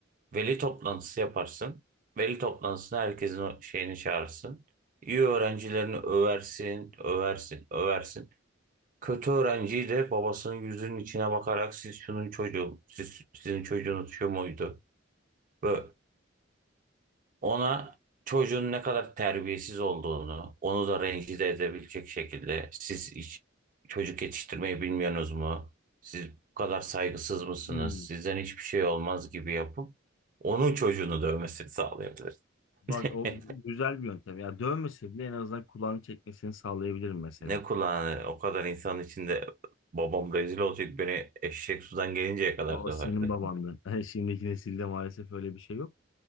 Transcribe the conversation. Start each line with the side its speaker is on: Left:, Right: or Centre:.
Right: Veli toplantısı yaparsın. Veli toplantısına herkesin o şeyini çağırırsın. İyi öğrencilerini översin, översin, översin. Kötü öğrenci de babasının yüzünün içine bakarak siz şunun çocuğu, siz, sizin çocuğunuz şu muydu? Ve ona çocuğun ne kadar terbiyesiz olduğunu, onu da rencide edebilecek şekilde siz hiç çocuk yetiştirmeyi bilmiyorsunuz mu? Siz bu kadar saygısız mısınız?
Left: Hmm.
Right: Sizden hiçbir şey olmaz gibi yapıp onun çocuğunu dövmesini sağlayabilir.
Left: Bak
Right: <laughs>
Left: o güzel bir yöntem. Ya dövmese bile en azından kulağını çekmesini sağlayabilirim mesela.
Right: Ne kulağını o kadar insan içinde babam rezil olacak beni eşek sudan gelinceye kadar
Left: Ama
Right: döverdi.
Left: senin babandı. <laughs> Hani şimdiki nesilde maalesef öyle bir şey yok.